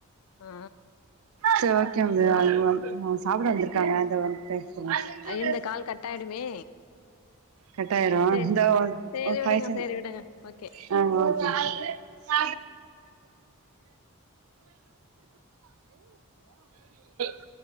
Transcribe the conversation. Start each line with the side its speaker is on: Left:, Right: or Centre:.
Left: ஆ
Right: சேர் ஓகேங் ப்ரோ அவ்ளதா ஆ சாப்ட வந்திருக்காங்க இதோ வந்து பேச சொல்றே
Left: இந்த கால் கட்டாயிடுமே
Right: கட்டாயிரு
Left: சேரி
Right: இந்தா ஒரு
Left: சேரி
Right: ஒரு
Left: விடுங்க
Right: ஃபை செகண்ட்
Left: சேரி விடுங்க ஓகே
Right: ஆ ஒகேங் <inaudible>